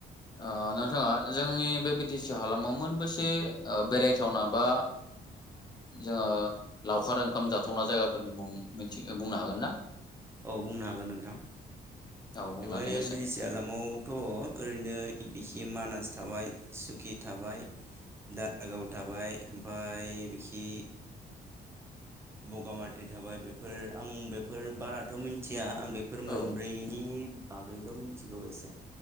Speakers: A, on the left; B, on the right.
A: आं नोंथाङा जोंनि बे बि टि सि हालामाव मोनबेसे बेरायथावना बा जोङो लावखार ओंखाम जाथावना जायगाफोरनि मुं मिथि बुंनो हागोन ना?
B: औ बुंनो हागोन नोंथां
A: औ बुंनानै
B: बेवहाय
A: होसाय
B: बि टि सि हालामाव थ' ओरैनो बिखि मानास थाबाय सुकि थाबाय दारागाव थाबाय ओमफ्राय बिखि बगामाथि थाबाय बेफोर आं बेफोर बारा मिन्थिया। आं बेफोर
A: औ
B: मोनब्रैनि बागैल' मिथिगौ एसे